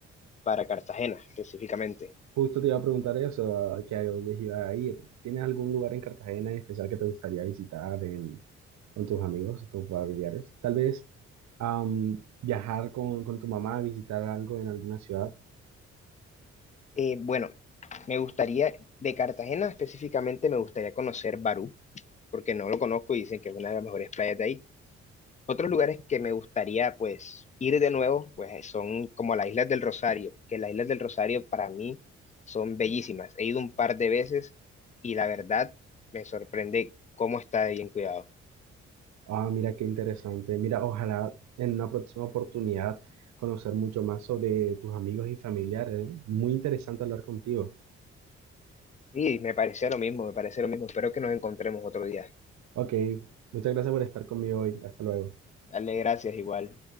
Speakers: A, on the left (about 25°); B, on the right (about 60°).
A: para Cartagena específicamente.
B: Justo te iba a preguntar eso, a que a dónde iba a ir. ¿Tienes algún lugar en Cartagena en especial que te gustaría visitar en- con tus amigos, tus familiares? Tal vez am, viajar con, con tu mamá, visitar algo en alguna ciudad.
A: Eh, bueno, me gustaría, de Cartagena específicamente me gustaría conocer Barú, porque no lo conozco y dicen que es una de las mejores playas de ahí. Otros lugares que me gustaría pues ir de nuevo, pues son como las Islas del Rosario, que las Islas del Rosario para mí son bellísimas. He ido un par de veces y la verdad me sorprende cómo está de bien cuidado.
B: Ah, mira qué interesante. Mira, ojalá en una próxima oportunidad conocer mucho más sobre tus amigos y familiares, ¿eh? Muy interesante hablar contigo.
A: Sí, me parece lo mismo, me parece lo mismo. Espero que nos encontremos otro día.
B: Ok, muchas gracias por estar conmigo hoy. Hasta luego.
A: Dale gracias igual.